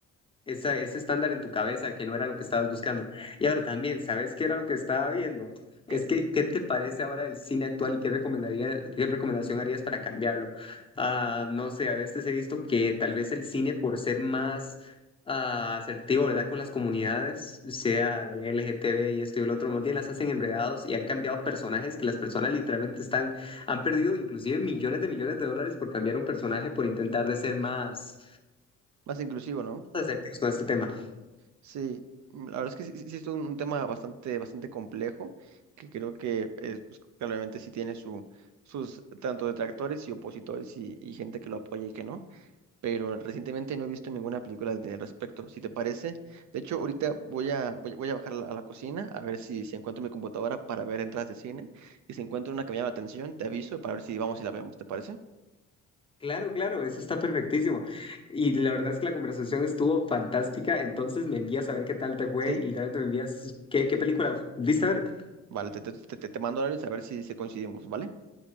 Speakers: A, on the left (about 15°); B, on the right (about 70°).
A: esa- ese estándar en tu cabeza que no era lo que estabas buscando. Y ahora también, ¿sabes qué era lo que estaba viendo? Es
B: qué
A: que, ¿qué te parece ahora el cine actual y qué recomendaría, qué recomendación harías para cambiarlo? Ah, no sé, a veces he visto que tal vez el cine por ser más ah, asertivo, ¿verdad? Con las comunidades, sea de LGTB y esto y el otro, más bien las hacen enredados y han cambiado personajes que las personas literalmente están, han perdido inclusive millones de millones de dólares por cambiar un personaje por intentar de ser más
B: Más inclusivo, ¿no?
A: asertivos con este tema.
B: Sí, mm, la verdad es que sí, sí- sí es un un tema bastante, bastante complejo, que creo que eh, pues, claramente sí tiene su, sus tanto detractores y opositores y, y gente que lo apoya y que no, pero recientemente no he visto ninguna película de- al respecto, si te parece. De hecho, ahorita voy a, voy, voy a bajar a la, a la cocina a ver si, si encuentro mi computadora para ver entradas de cine y si encuentro una que me llama la atención, te aviso para ver si vamos y la vemos, ¿te parece?
A: Claro, claro, eso está perfectísimo. Y la verdad es que la conversación estuvo fantástica, entonces me envías a ver qué tal te fue
B: Sí.
A: y literalmente me envías qué, qué película viste a ver.
B: Vale, te, te, te, te mando horarios a ver si, si coincidimos, ¿vale?